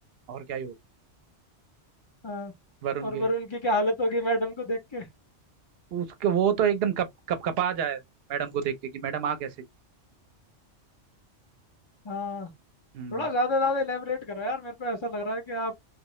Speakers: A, on the right; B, on the left.
A: और क्या ही होगा
B: हाँ
A: वरुण
B: और
A: के
B: वरुण की क्या हालत होगी मैडम को देख के
A: उसके वो तो एकदम कप कप कपा जाएगा मैडम को देख के कि मैडम आ कैसे
B: हाँ
A: हम्म
B: थोड़ा ज़्यादा ज़्यादा इलेबरेट करो यार मेरे को ऐसा लग रहा है कि आप